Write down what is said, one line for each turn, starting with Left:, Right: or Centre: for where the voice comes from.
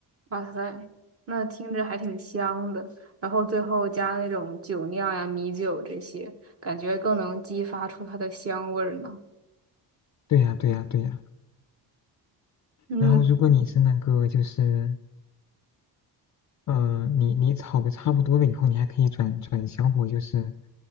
Right: 哇塞，那听着还挺香的。然后最后加那种酒酿呀、米酒这些，感觉更能激发出它的香味儿呢。
Left: 对呀，对呀，对呀。
Right: 嗯。
Left: 然后如果你是那个就是，呃，你你炒的差不多了以后，你还可以转转小火，就是